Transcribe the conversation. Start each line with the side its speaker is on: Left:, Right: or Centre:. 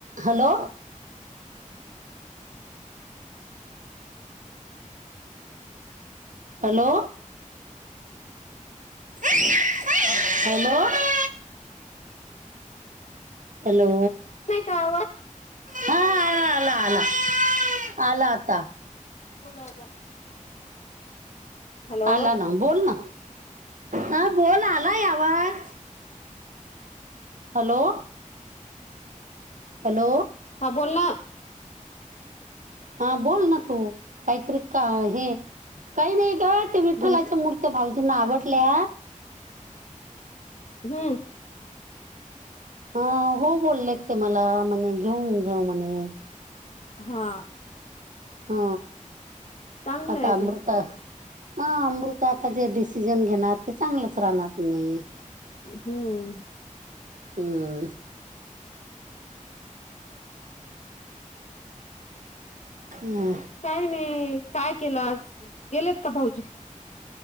Right: Hello hello hello hello
Left: नाही का आवा
Right: हा आला आला आला आला आता
Left: बोला आता हॅलो
Right: आला ना बोल ना ह बोल आलाय आवाज हॅलो हॅलो
Left: हां बोल ना
Right: हा बोल ना तू काहीतरी का हे काही नाही ग ते विठ्ठलाच्या
Left: हम्म
Right: मूर भाऊजींना आवडल्या
Left: हम्म
Right: हा हो बोललेत ते मला म्हणे घेऊ घेऊ म्हणे
Left: हा
Right: हा
Left: चांगलं
Right: आता
Left: आहे
Right: अमृता
Left: ते
Right: हा अमृता आता जे डिसिजन घेणार ते चांगलंच राहणार कीनई
Left: हम्म
Right: हम्म हम्म
Left: काय नाही काय केलं आज गेलेत का भाऊजी.